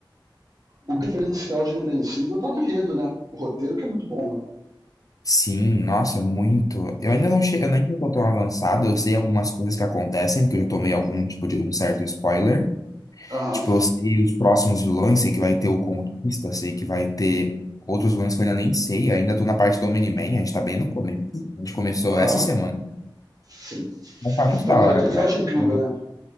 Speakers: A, on the right; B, on the left.
A: o diferencial de Invencível tá no enredo, né? O roteiro que é muito bom, né?
B: Sim, nossa, é muito. Eu ainda não cheguei, eu ainda não tô tão avançado, eu sei algumas coisas que acontecem, porque eu tomei algum tipo de um certo spoiler.
A: Aham,
B: Tipo, eu sei os próximos vilões, sei que vai ter o Conquista, sei que vai ter outros vilões que eu ainda nem sei. Ainda tô na parte do Omni-Man, a gente tá bem no começo. A gente começou
A: aham,
B: essa semana.
A: sim.
B: Mas tá muito
A: Primeiro
B: da hora,
A: episódio
B: cara.
A: é incrível,
B: Eu-
A: né?